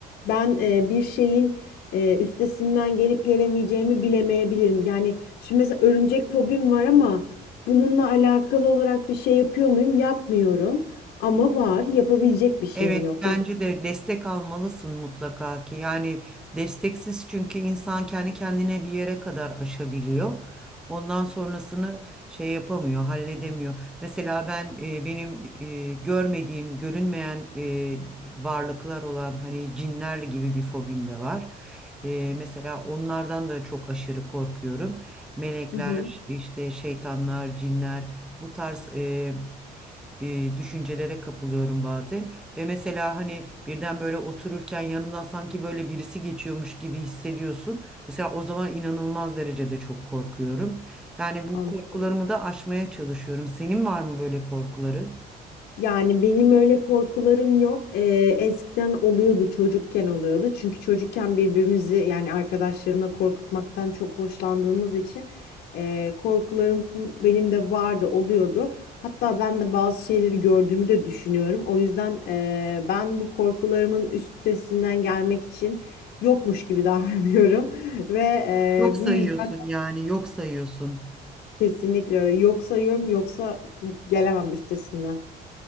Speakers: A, on the left; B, in the centre.
A: ben e, bir şeyin e, üstesinden gelip gelemeyeceğimi bilemeyebilirim. Yani Şimdi mesela örümcek fobim var ama bununla alakalı olarak bir şey yapıyor muyum? Yapmıyorum. Ama var. Yapabilecek bir şeyim
B: Evet
A: yok.
B: bence
A: Yani
B: de destek almalısın mutlaka ki. Yani desteksiz çünkü insan kendi kendine bir yere kadar aşabiliyor. Ondan sonrasını şey yapamıyor, halledemiyor. Mesela ben e, benim e, görmediğim, görünmeyen e, varlıklar olan hani cinler gibi bir fobim de var. E, mesela onlardan da çok aşırı korkuyorum. Melekler,
A: Hı hı.
B: işte şeytanlar, cinler bu tarz e, e, düşüncelere kapılıyorum bazen. Ve mesela hani birden böyle otururken yanından sanki böyle birisi geçiyormuş gibi hissediyorsun. Mesela o zaman inanılmaz derecede çok korkuyorum. Yani bu
A: anladım.
B: korkularımı da aşmaya çalışıyorum. Senin var mı böyle korkuların?
A: Yani benim öyle korkularım yok. Ee, eskiden oluyordu, çocukken oluyordu. Çünkü çocukken birbirimizi yani arkadaşlarımla korkutmaktan çok hoşlandığımız için e, korkularım benim de vardı, oluyordu. Hatta ben de bazı şeyleri gördüğümü de düşünüyorum. O yüzden e, ben bu korkularımın üstesinden gelmek için yokmuş gibi davranıyorum <laughs> ve e,
B: Yok sayıyorsun
A: bu yüzden
B: yani yok sayıyorsun.
A: kesinlikle öyle. Yok sayıyorum, yoksa gelemem üstesinden.